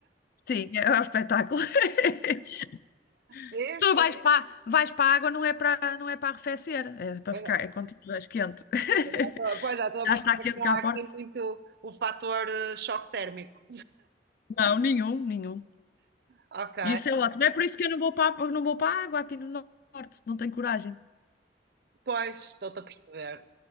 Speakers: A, on the left; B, on the right.
A: Sim, é um espetáculo. <laughs>
B: Vês?
A: Tu
B: Vês?
A: vais para, vais para a água, não é para, não é para arrefecer, é para
B: Pois
A: ficar,
B: já
A: é quando estiveres quente. <laughs>
B: estou pois já estou a
A: Já
B: perceber
A: está quente
B: que não
A: cá
B: há aqui
A: fora?
B: muito o fator eh, choque térmico.
A: Não, nenhum, nenhum.
B: Ok,
A: Isso é ótimo. É por isso que eu não vou para, a- não vou para a água aqui no norte, não tenho coragem.
B: pois, estou-te a perceber.